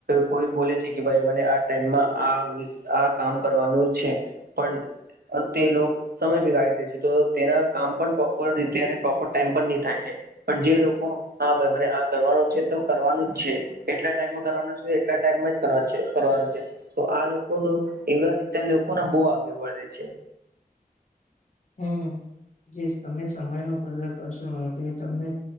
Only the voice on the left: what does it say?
હમ જે તમે સમય ન કદર કરશો ન તો એ તમને.